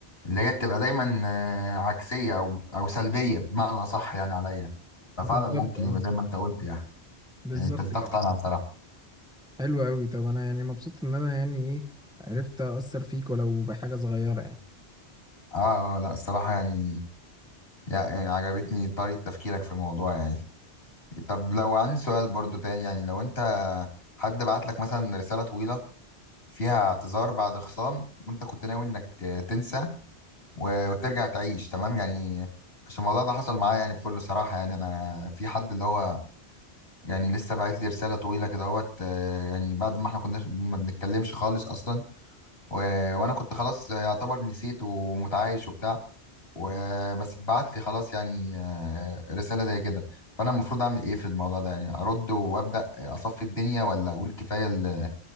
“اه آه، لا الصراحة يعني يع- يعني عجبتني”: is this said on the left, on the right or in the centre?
Left